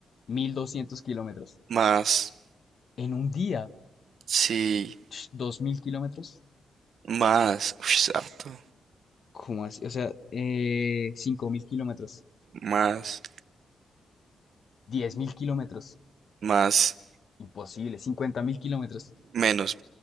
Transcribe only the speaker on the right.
más.
Sí,
más. Uy, es harto.
Más,
más,
menos.